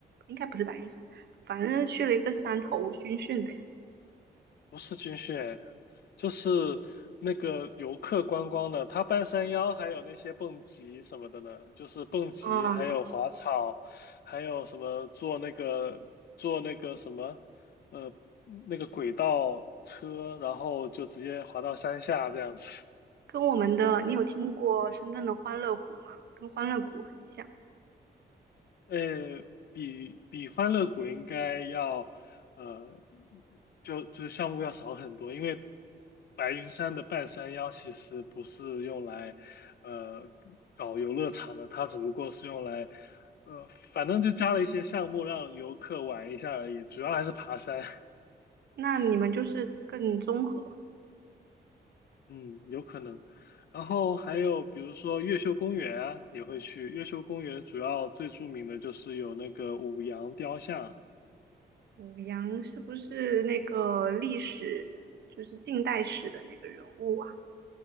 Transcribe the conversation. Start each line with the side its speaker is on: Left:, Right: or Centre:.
Right: 应该不是白云山，反正去了一个山头军训呗。
Left: 不是军训，就是那个游客观光的，他半山腰还有那些蹦极什么的呢，就是蹦极，
Right: 嗯，
Left: 还有滑草，还有什么坐那个坐那个什么，呃，那个轨道车，然后就直接滑到山下这样子。
Right: 跟我们的，你有听过深圳的欢乐谷吗？跟欢乐谷很像，
Left: 呃，比比欢乐谷应该要，呃，就就是项目要少很多，因为白云山的半山腰其实不是用来，呃，搞游乐场的，它只不过是用来，呃，反正就加了一些项目让游客玩一下而已，主要还是爬山，<laughs>
Right: 那你们就是更综合。
Left: 嗯，有可能。然后还有比如说越秀公园啊，也会去。越秀公园主要最著名的就是有那个五羊雕像。
Right: 五羊是不是那个历史，就是近代史的那个人物啊？